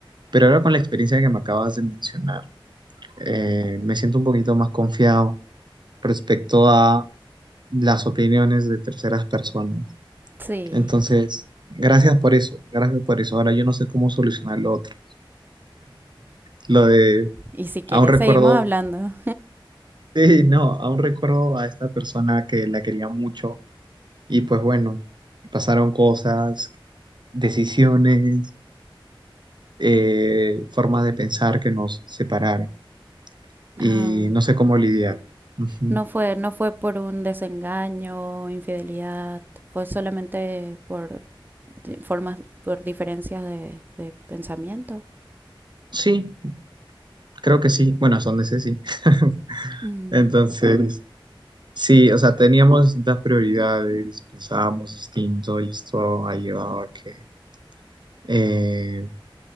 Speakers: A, on the right; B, on the right.
A: Pero ahora con la experiencia que me acabas de mencionar, eh, me siento un poquito más confiado respecto a las opiniones de terceras personas.
B: Sí,
A: Entonces, gracias por eso, gracias por eso. Ahora yo no sé cómo solucionar lo otro. Lo de,
B: y si quieres
A: aún recuerdo,
B: seguimos hablando.
A: <laughs> sí, no, aún recuerdo a esta persona que la quería mucho y pues bueno, pasaron cosas, decisiones, eh, formas de pensar que nos separaron y
B: Ah,
A: no sé cómo lidiar. Ujú.
B: No fue, no fue por un desengaño, infidelidad, fue solamente por di- formas, por diferencias de, de pensamiento.
A: Sí, creo que sí. Bueno, son de ese sí. <laughs>
B: mm,
A: Entonces, Sí, o sea, teníamos distintas prioridades, pensábamos distinto y esto ha llevado a que, eh,